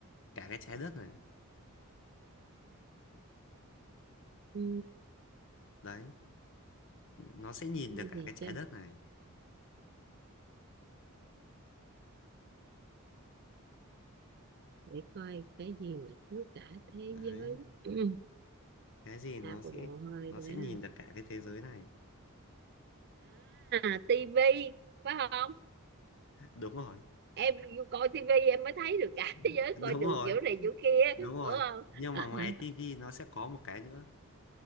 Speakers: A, on the left (about 60°); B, on the right (about 50°).
A: cả cái trái đất này
B: Ừ,
A: đấy nó sẽ nhìn
B: cái
A: được cả
B: gì
A: cái trái
B: chứ?
A: đất này
B: Để coi cái gì mà chứa cả thế
A: đấy
B: giới. <clears throat>
A: cái gì nó
B: Ra
A: sẽ
B: cô bộ hơi
A: nó
B: để
A: sẽ nhìn được cả cái thế giới này
B: à tivi phải không
A: đúng rồi
B: em coi tivi em mới thấy được cả <laughs>
A: <laughs>
B: thế giới
A: đúng
B: coi được
A: rồi
B: chỗ này chỗ kia
A: đúng rồi
B: đúng không
A: nhưng
B: <laughs>
A: mà ngoài tivi nó sẽ có một cái nữa